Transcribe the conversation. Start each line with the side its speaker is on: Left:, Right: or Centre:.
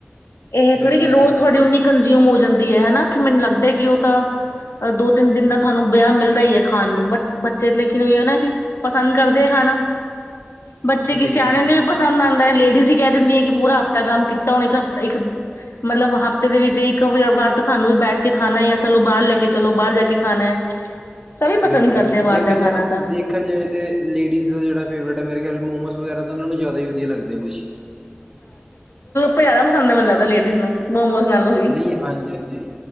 Left: ਇਹ
Right: ਬਿਲਕੁਲ
Left: ਥੋੜੀ, ਰੋਜ਼
Right: ਬਿਲਕੁਲ
Left: ਤੁਹਾਡੀ
Right: ਜੀ
Left: ਉਨੀ ਕੰਜ਼ਿਊਮ ਹੋ ਜਾਂਦੀ ਐ ਹੈਨਾ ਕਿ ਮੈਨੂੰ ਲੱਗਦਾ, ਕਿ ਔ ਤਾਂ ਦੋ ਤਿੰਨ ਦਿਨ ਦਾ ਤੁਹਾਨੂੰ ਬੇਆ ਮਿਲਦਾ ਹੀ ਹੈ, ਖ ਖਾਣ ਨੂੰ, ਬਟ ਬੱਚੇ ਲੇਕਿਨ ਔਹੀ ਔ ਨਾ ਕਿ, ਪਸੰਦ ਕਰਦੇ ਐ ਖਾਣਾ। ਬੱਚੇ ਕੀ,
Right: ਬਿਲਕੁਲ
Left: ਸਿਆਣੇ
Right: ਬਿਲਕੁਲ
Left: ਨੂੰ ਵੀ ਪਸੰਦ ਆਉਂਦਾ ਹੈ, ਲੇਡੀਜ਼ ਹੀ ਕਹਿ ਦਿੰਦੀ ਹੈ, ਕਿ ਪੂਰਾ ਹਫ਼ਤਾ ਕੰਮ ਕੀਤਾ ਤਾਂ ਹੁਣ ਇੱਕ ਹਫਤਾ ਇੱਕ, ਮਤਲਬ ਹਫ਼ਤੇ ਦੇ ਵਿੱਚ ਇੱਕ ਔ ਵੀ ਹੈ ਬਾਹਰ, ਤਾਂ ਸਾਨੂੰ ਵੀ ਬੈਠ ਕੇ ਖਾਣਾ ਆ, ਚਲੋ ਬਾਹਰ ਲੈ ਕੇ ਚਲੋ, ਬਾਹਰ ਜਾ ਕੇ ਖਾਣਾ ਹੈ। ਸਭੀ ਪਸੰਦ
Right: ਬਿਲਕੁਲ
Left: ਕਰਦੇ
Right: ਬਿਲਕੁਲ,
Left: ਆ ਬਾਹਰ
Right: ਦੇਖਿਆ
Left: ਦਾ ਖਾਣਾ
Right: ਜਾ
Left: ਤਾਂ
Right: ਦੇਖਿਆ ਜਾਏ ਤੇ ਲੇਡੀਜ਼ ਦਾ ਜਿਹੜਾ ਫੇਵਰੇਟ ਹੈ, ਮੇਰਾ ਖਿਆਲ ਮੋਮੋਸ ਵਗੈਰਾ, ਤਾਂ ਔਨਾਂ ਨੂੰ ਜ਼ਿਆਦਾ ਹੀ ਵਧੀਆ ਲੱਗਦੇ ਕੁਛ।
Left: ਜਾਦਾ ਪਸੰਦ ਐ ਮੈਨੂੰ ਲੱਗਦਾ, ਲੇਡੀਜ਼ ਨੂੰ। ਮੋਮੋਸ ਨਾਲੋਂ ਵੀ
Right: ਨਹੀਂ ਹਾਂਜੀ ਹਾਂਜੀ